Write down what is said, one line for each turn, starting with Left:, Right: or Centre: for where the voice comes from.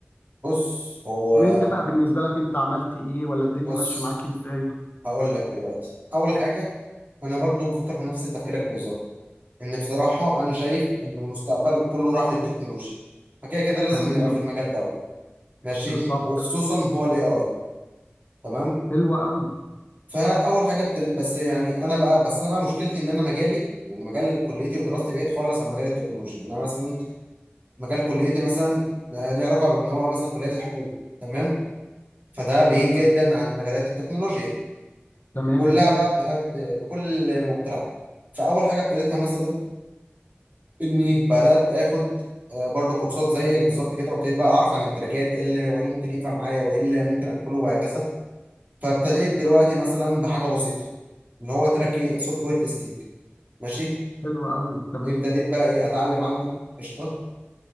Right: بص هو
Left: أنت بقى بالنسبة لك أنت عملت إيه ولا الدنيا
Right: بص
Left: ماشية معاك إزاي
Right: هقول لك دلوقتي اول حاجة انا برضو بفكر في نفس تفكيرك بالظبط ان بصراحه انا شايف ان المستقبل كله راح للتكنولوجيا فكده كده لازم
Left: تمام
Right: نبقى في المجال دوت ماشي
Left: بالظبط
Right: وخصوصا هو الاي اي تمام
Left: حلو قوي
Right: فاول حاجه ابتديت بس يعني انا بقى بس انا بقى مشكلتي ان انا مجالي يعني مجال كليتي ودراستي بعيد خالص عن مجال التكنولوجيا يعني انا مثلا مجال كليتي مثلا آه، ليه علاقه بان هو مثلا كليه الحقوق تمام فده بعيد
Left: تمام
Right: جدا عن مجالات التكنولوجيا
Left: تمام
Right: كلها بقى بتحب- بكل مقترحات فاول حاجه ابتديتها مثلا اني بدات اخد آه، برضو كورسات زيك بالظبط كده وابتديت بقى اعرف عن التراكات ايه اللي وايه اللي ممكن ينفع معايا وايه اللي ممكن ادخله وهكذا فابتديت دلوقتي مثلا بحاجه بسيطه اللي هو تراك سوفت وير تيستنج ماشي
Left: حلو قوي تمام
Right: ابتديت بقى ايه اتعلم عنه قشطه